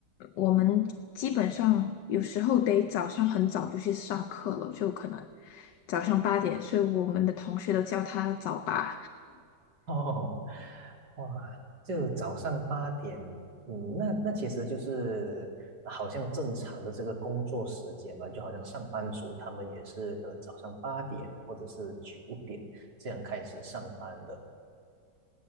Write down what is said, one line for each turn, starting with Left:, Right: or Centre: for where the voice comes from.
Left: 我们基本上有时候得早上很早就去上课了，就可能早上八点，所以我们的同学都叫他早八。
Right: <laughs> 哦，哇，就早上八点，嗯，那那其实就是好像正常的这个工作时间嘛，就好像上班族他们也是可能早上八点或者是九点这样开始上班的。